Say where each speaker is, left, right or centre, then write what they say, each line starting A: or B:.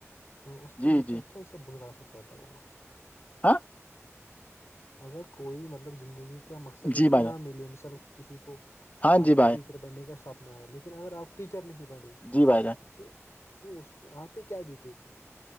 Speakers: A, on the left (about 65°); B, on the left (about 30°).
A: اس پہ
B: جی
A: مطلب
B: جی
A: کیا سب برا اثر پڑتا ہوگا
B: ہاں <inaudible>
A: اگر کوئی مطلب زندگی کا مقصد
B: جی
A: اسے
B: بھائی
A: نہ
B: جان
A: ملے مثال کسی کو
B: ہاں
A: آپ
B: جی
A: کو
B: بھائی
A: ٹی بننے کا سپنا ہے لیکن اگر آپ ٹیچر نہیں بنے
B: جی بھائی جان
A: تو تو اس وہاں پہ کیا بیتے گی